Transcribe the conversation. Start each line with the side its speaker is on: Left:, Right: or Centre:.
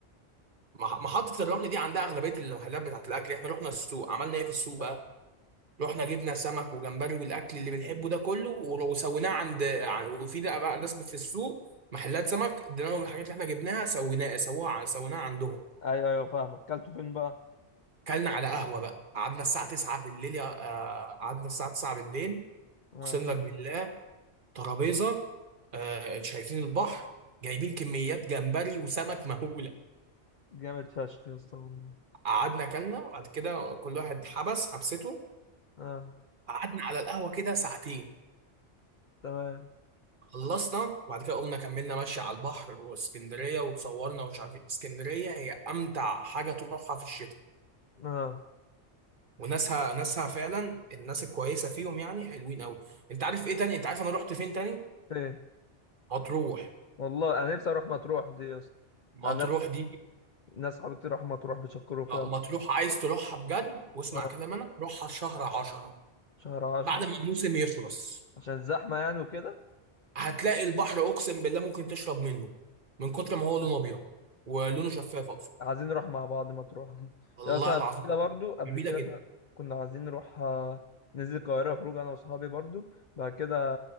Right: مح- محطة الرمل دي عندها أغلبية المحلات بتاعت الأكل احنا رحنا السوق عملنا ايه في السوق
Left: آه.
Right: بقى رحنا جبنا سمك وجمبري والاكل اللي بنحبه ده كله ولو سويناه عند ع- وفي ده بقى ناس في السوق محلات سمك اديناهم الحاجات اللي احنا جبناها سويناه سووها ع- سويناها عندهم
Left: ايوه ايوه فاهمك كلته فين بقى
Right: كلنا على قهوه بقى قعدنا الساعه 9 بالليل يا آه، قعدنا الساعه 9 بالليل
Left: اه
Right: اقسم لك بالله ترابيزه آه، شايفين البحر جايبين كميات جمبري وسمك مهوله
Left: جامد فشخ يا اسطى والله
Right: قعدنا كلنا وبعد كده كل واحد حبس حبسته
Left: اه
Right: قعدنا على القهوه كده ساعتين
Left: تمام
Right: خلصنا وبعد كده قمنا كملنا ماشي على البحر واسكندريه وتصورنا ومش عارف ايه اسكندريه هي امتع حاجه تروحها في الشتاء
Left: اه
Right: وناسها ناسها فعلا الناس الكويسه فيهم يعني حلوين قوي انت عارف ايه تاني انت عارف انا رحت فين تاني
Left: فين
Right: مطروح
Left: والله انا نفسي اروح مطروح دي يا اسطى
Right: مطروح
Left: انا
Right: دي
Left: ناس صحابي كتير راحوا مطروح بيشكروا فيها
Right: آه، مطروح عايز تروحها بجد واسمع
Left: آه،
Right: كلام انا روحها في شهر 10
Left: شهر عشرة
Right: بعد ما الموسم يخلص
Left: عشان زحمة يعني وكده
Right: هتلاقي البحر اقسم بالله ممكن تشرب منه من كتر ما هو لونه
Left: آه،
Right: ابيض ولونه شفاف اقصد
Left: عايزين نروح مع بعض مطروح دي
Right: والله
Left: يا اصلا
Right: العظيم
Left: قبل كده برضو قبل
Right: جميله
Left: كده
Right: جدا
Left: كنا كنا عايزين نروح آه، ننزل القاهرة خروج انا واصحابي برضو بعد كده